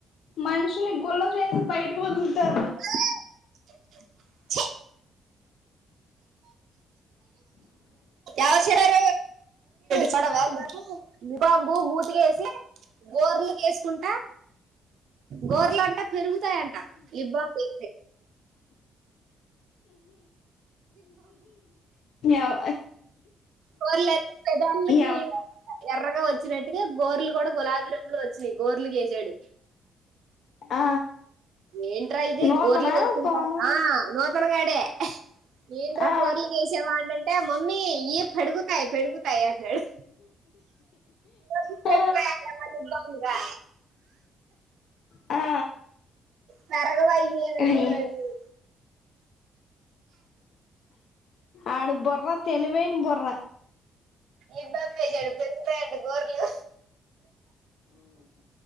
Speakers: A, on the left (about 70°); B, on the right (about 70°).
A: మనిషిని గుొల్ల చేసి బయటకు వతుంటారు
B: ఆ వర్షడార చడవ నిబాంబు మూతికిేసి బోర్లి చేసుకుంటా గోరలుంటా పెరుగుతాయంట ఇబ్బాతే
A: ఎవ
B: కోర్ల పేదలకి
A: ఎవ
B: ఎర్రగా వచ్చినట్టుగా గోరలు కూడా గులాబీ రంగులు వచ్చినాయి గోరెలు గసాడు
A: ఆ
B: ఏంట్రా ఇది
A: నూతనా
B: గోర్లిగాతుంటా
A: పాను
B: ఆ నూతన గడే నంట్ర
A: ఆ
B: గోర్లుకేసేవా అంటంటే మమ్మీ ఈ పెడుగుతాయి పెడుగుతాయి అన్నాడు ఇబ్బందిగా
A: ఆ ఆ
B: పేరుగవ ఇవ్వి అని
A: అయి
B: అడుగుతున్నాడు చూడు
A: ఆడు బుర తెలివేైన బొ్ర
B: ఇబ్బంపేశాడు పెరిగుతయాట గోర్లు